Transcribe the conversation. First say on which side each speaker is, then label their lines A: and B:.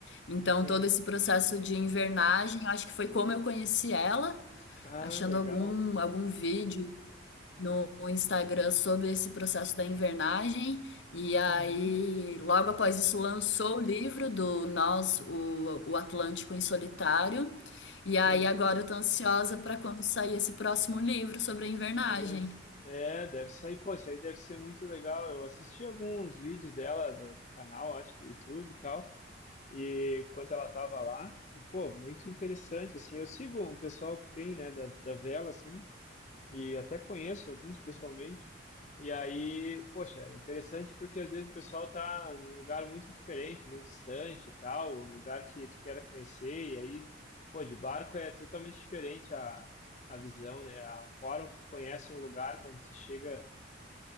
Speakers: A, on the left (about 70°); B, on the left (about 40°).
A: Então,
B: Sim.
A: todo esse processo de invernagem, eu acho que foi como eu conheci ela,
B: Ah,
A: achando
B: legal.
A: algum, algum vídeo no Instagram sobre esse processo da invernagem. E aí,
B: Uhum.
A: logo após isso, lançou o livro do Nós, o, o Atlântico em Solitário. E aí,
B: Sim.
A: agora eu tô ansiosa para quando sair esse próximo livro sobre a invernagem.
B: Pois, é, deve sair. Pô, isso aí deve ser muito legal. Eu assisti alguns vídeos dela do, do canal, acho, do YouTube e tal, e quando ela tava lá, e pô, muito interessante, assim. Eu sigo um pessoal que tem, né, da, da vela, assim e até conheço alguns pessoalmente. E aí, poxa, é interessante porque às vezes o pessoal tá num lugar muito diferente, muito distante e tal, um lugar que tu queira conhecer, e aí, pô, de barco é totalmente diferente a, a visão, né? A forma que tu conhece um lugar quando tu chega,